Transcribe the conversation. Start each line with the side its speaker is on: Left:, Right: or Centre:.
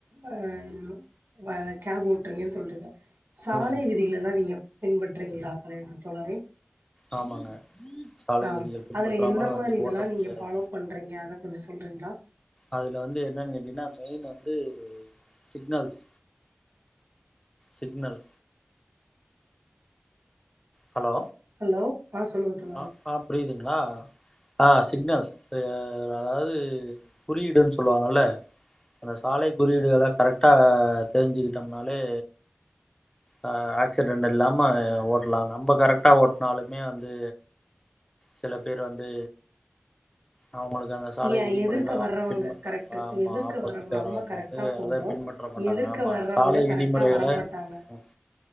Right: ஆ ஆ ஆ கேப் ஓட்றீங்கன்னு சொல்றீங்க சாலை
Left: ம்
Right: விதிகள எல்லா நீங்க பின்பற்றுவீங்களா தலைவா தோழரே
Left: ஆமாங்க சாலை
Right: ஆ
Left: விதிகள் பின்பற்றாமல்
Right: அதுல என்ன
Left: வண்டி
Right: மாரி இதெல்லா
Left: ஓட்ட முடியாது
Right: நீங்க ஃபாலோ பண்றீங்க அத கொஞ்சோ சொல்றீங்களா
Left: அதுல வந்து என்னன்னு கேட்டீங்ன்னா மெயினா வந்து சிக்னல்ஸ் சிக்னல் ஹலோ
Right: ஹலோ ஆ சொல்லுங்க தோழரே
Left: ஆ ஆ் புரியுதுங்களா ஆ சிக்னல்ஸ் ஆ அதாவது குறியீடுன்னு சொல்லுவாங்கல்ல அந்த சாலை குறியீடுகள கரெக்டா தெரிஞ்சுக்கிட்டோம்னாலே ஆ ஆக்சிடென்ட் இல்லாம ஓட்லா நம்ம கரெக்டா ஓட்னாலுமே வந்து சில பேர் வந்து அவங்களுக்கு அந்த சாலை
Right: ஏ
Left: விதிமுறையல்லா
Right: எதிர்க்க
Left: அவங்க
Right: வர்றவங்க
Left: பின்பற்ற
Right: கரெக்ட்டு
Left: ஆமா
Right: எதிர்க்க
Left: ஆப்போசிகட்
Right: வர்றவங்க
Left: வரவங்க
Right: நம்ம கரெக்டா
Left: வந்து
Right: போவோ
Left: அத பின்பற்ற மாட்டாங்க
Right: எதிர்க்க
Left: ஆமா
Right: வர்றவங்க
Left: சாலை
Right: கரெக்டா
Left: விதிமுறைகள
Right: வரமாட்டாங்க
Left: அ